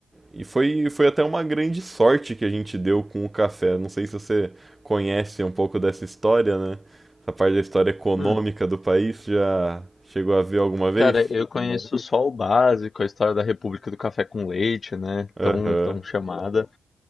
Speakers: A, on the right (about 20°); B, on the left (about 40°).
A: e foi, foi até uma grande sorte que a gente deu com o café. Não sei se você conhece um pouco dessa história, né? Essa parte da história econômica
B: Hum.
A: do país já chegou a ver alguma vez?
B: Cara, eu conheço só o básico, a história da República do Café com Leite, né?
A: Aham.
B: Tão, tão chamada.